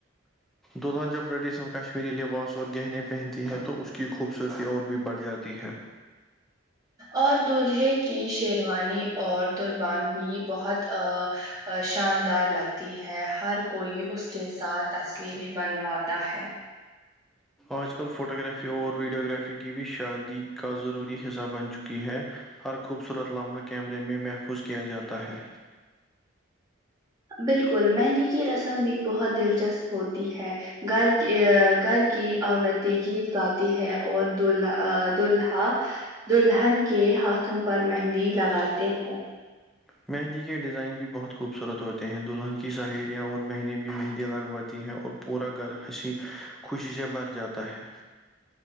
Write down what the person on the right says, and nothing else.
اور دولہے کی شیروانی اور قربان بھی بہت ا شاندار لگتی ہے ہر کوئی اس کے ساتھ تصویریں بنواتا ہے
بالکل مہندی کی رسم بھی بہت دلچسپ ہوتی ہے گھر کی گھر کی عورتیں گیت گاتی ہے اور دولہا دولہا دلہن کے ہاتھوں پر مہندی لگاتے ہیں